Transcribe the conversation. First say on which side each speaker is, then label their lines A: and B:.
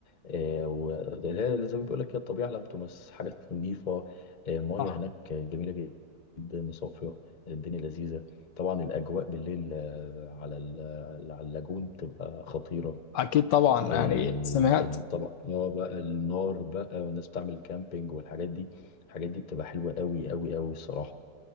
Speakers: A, on the left; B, on the left.
A: آه، وده زي ما بيقول لك كده الطبيعه لم تمس حاجات نظيفه آه، ميه
B: آه،
A: هناك جميله جدا وصافيه الدنيا لذيذه طبعا الاجواء بالليل آه، على ال- على اللاجون بتبقى خطيره
B: اكيد طبعا
A: آه،
B: يعني
A: ال-
B: سمعت
A: ال- طبعا اه بقى النار بقى والناس بتعمل كامبينج والحاجات دي الحاجات دي بتبقى حلوه قوي قوي قوي الصراحه